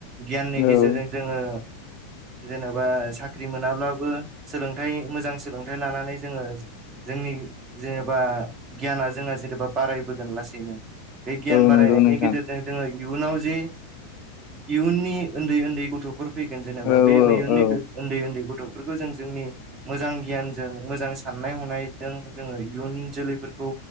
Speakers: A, on the right; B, on the left.
A: गियाननि
B: औ
A: गेजेरजों जोङो जेन'बा साख्रि मोनाब्लाबो सोलोंथाइ मोजां सोलोंथाइ लानानै जोङो जोंनि जेनेबा गियाना जोंहा जेनेबा बारायबोगोन लासैनो बे गियान
B: औ
A: बारायनायनि
B: नंगौ नोंथां
A: गेजेरजों जोङो इयुनाव जे इयुननि उन्दै उन्दै गथ' फैगोन जेनेबा
B: औ
A: बे
B: औ
A: उयुननि
B: औ
A: उन्दै उन्दै गथ'फोरखौ जों जोंनि मोजां गियानजों मोजां साननाय हनायजों जोङो इयुन जोलैफोरखौ